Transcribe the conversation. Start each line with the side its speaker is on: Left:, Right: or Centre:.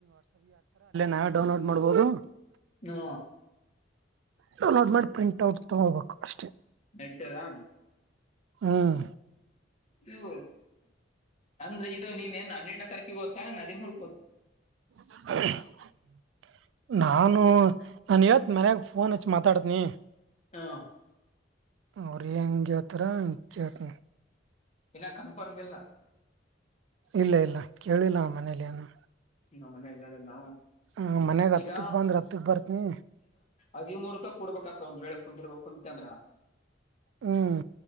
Right: ನಾವವು ಡೌನ್ಲೋಡ್ ಮಾಡ್ಬಹದು
Left: ಹಾ
Right: ನ <unintelligible> ನೋಡ್ ಮಾಡಿ ಪ್ರಿಂಟ್ ಔಟ್ ತಗೋಬೇಕು ಅಷ್
Left: ನಡಿತದಾಣ
Right: ಹ್ಮ್
Left: ಹ್ಮ ಅಂದ್ರೆ ಇದು ನೀನ್ ಹನ್ನೆರಡನ ತಾರೀಕಿಗೆ ಹೋಗತ್ತಾನ ನದಿಮೂರ್
Right: <inaudible> ನಾನು ನಾನ ಹೇಳ್ತನಿ ಮನ್ಯಾಗ ಫೋನ್ ಹಚ್ಚಿ ಮಾತಾಡ್ತನಿ
Left: ಹಾ
Right: ಅವ್ರ ಹೆಂಗ ಹಳ್ತಾರ ಅಂಗ ಕೇಳತಿನಿ
Left: ಏನ್ನ ಕನ್ಫರ್ಮ್ ಇಲ್ಲ
Right: ಇಲ್ಲ ಇಲ್ಲ ಕೇಳಿಲ್ಲ ಅವ ಮನೇಲಿ ಏನು
Left: ನಮ್ಮನೆ ಹೇಳಿಲ್ಲ
Right: ಹ ಮನ್ಯಾಗ ಹತ್ತಕ್
Left: ಈಗ
Right: ಬಂದ್ರ ಹತ್ತಕ್ ಬರ್ತ್ನಿ
Left: ಹದಿಮರುೂಪಾಯಿ ಕೊಡ್ಬೇಕಕ್ತ ಒಂದ್ ವೇಳೆ ಕುಂದ್ರಯ್ಯ ಕುಂತ ಅಂದ್ರ
Right: ಹ್ಮ್